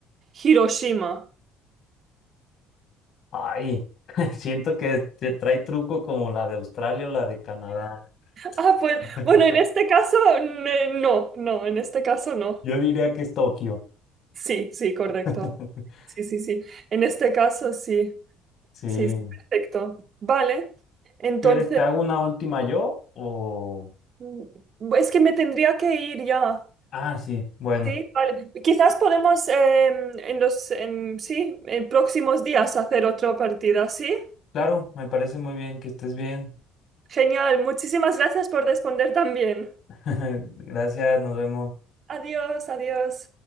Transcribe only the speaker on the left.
Ay, <laughs> siento que te trae truco como la de Australia o la de Canadá.
<laughs>
Yo diría que es Tokio.
<laughs>
Sí.
¿Quieres, te hago una última yo o...
Ah, sí, bueno,
claro, me parece muy bien que estés bien.
<laughs> Gracias, nos vemos.